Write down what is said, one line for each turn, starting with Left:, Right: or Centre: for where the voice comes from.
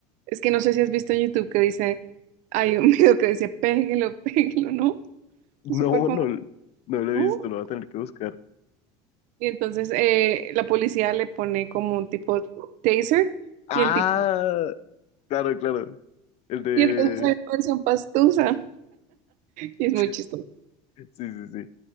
Right: es que no sé si has visto en YouTube que dice, hay un <laughs> video que dice, péguelo, péguelo, ¿no?
Left: no,
Right: Es súper famoso.
Left: no, no lo
Right: ¿no?
Left: he visto, lo voy a tener que buscar.
Right: Y entonces eh, la policía le pone como un tipo taser
Left: Ah,
Right: y el tipo,
Left: claro, claro. El de...
Right: y entonces hay una versión pastusa. Y es
Left: <laughs>
Right: muy chistoso.
Left: Sí, sí, sí.